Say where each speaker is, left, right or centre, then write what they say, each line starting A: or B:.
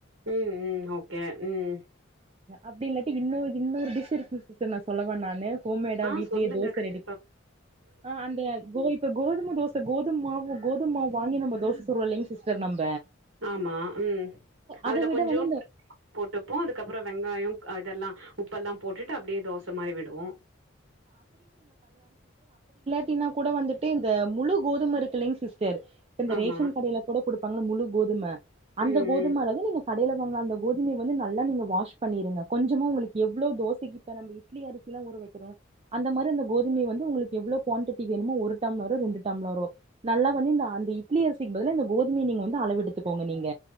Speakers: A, on the right (about 75°); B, on the right (about 30°).
A: ம் ம் ஓகே ம்
B: அப்டியில்லட்டீ இன்னொரு இன்னொரு டிஷ் இருக்கு சிஸ்டர் நா சொல்லவ நானு ஹோமேடா
A: ஆ
B: வீட்லேயே
A: சொல்லுங்க
B: தோச
A: கண்டிப்பா.
B: ரெடி ஆ அந்த கோ இப்ப கோதும தோசை கோதுமமாவு கோதும்மாவு வாங்கி நம்ம தோசை சுட்றோ இல்லிங்க சிஸ்டர் நம்
A: ஆமா ம் அதுல
B: அத விட
A: கொஞ்சோ
B: வந்து
A: போட்டுப்போ அதுக்கப்புறோ வெங்காயோ இதெல்லாம் உப்பெல்லா போட்டுட்டு அப்டியே தோச மாரி விடுவோ
B: கின்னா கூட வந்துட்டு இந்த முழு கோதும இருக்குலிங் சிஸ் கேரு இப்ப இந்த
A: ஆமா.
B: ரேஷன் கடையில கூட கொடுப்பாங்கள முழு கோதும
A: ம்,
B: அந்த கோதும
A: ம்.
B: அளவு நீங்க கடைல வாங்ன அந்த கோதுமை வந்து நல்லா நீங்கள் வாஷ் பண்ணீடுங்க கொஞ்சமா உங்களுக்கு எவ்ளோ தோசைக்கு <unintelligible> இட்லி அரிசிலா ஊர வக்கிறோ அந்த மாரி இந்த கோதுமை வந்து உங்களுக்கு எவ்வளோ குவண்டிட்டி வேணுமோ ஒரு டம்ளரோ ரெண்டு டம்ளரோ நல்லா வந்து இந்த அந்த இட்லி அரிசிக்கு பதில இந்த கோதுமைைய நீங்க வந்து அளவு எடுத்துக்கோங்க நீங்க